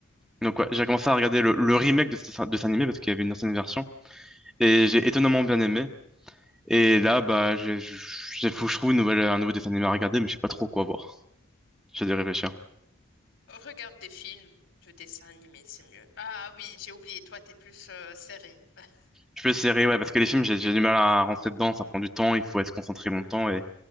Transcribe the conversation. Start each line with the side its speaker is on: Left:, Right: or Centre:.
Centre: Donc ouais, j'ai commencé à regarder le, le remake de, ce- de cet animé parce qu'il y avait une ancienne version et j'ai étonnamment bien aimé. Et
Left: Mhm.
Centre: là, bah, j'ai, j'ai- faut que je trouve une nouvelle, un nouveau dessin animé à regarder, mais je sais pas trop quoi voir. J'ai dû réfléchir.
Left: Regarde des films de dessins animés, c'est mieux. Ah oui, j'ai oublié, toi, t'es plus euh, série. <laughs>
Centre: Je peux essayer, ouais, parce que les films,
Left: J'ai
Centre: j'ai
Left: oublié,
Centre: j'ai
Left: oui.
Centre: du mal à rentrer dedans, ça prend du temps, il faut être concentré longtemps et,